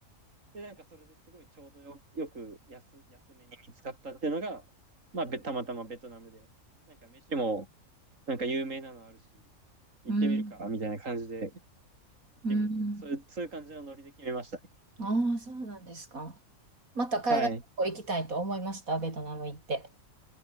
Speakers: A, on the right; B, on the right.
A: で、なんかそれですごいちょうどよよく安安めに見つかったっていうのが、まあ、たまたまベトナムで、なんか飯もなんか有名なのあるし、行ってみるかみたいな感じで、
B: うん、
A: 行ってみ、
B: うん。
A: そういう、そういう感じのノリで決めましたね
B: ああ、そうなんですか。また海外旅行行きたいと思いました、
A: はい。
B: ベトナム行って。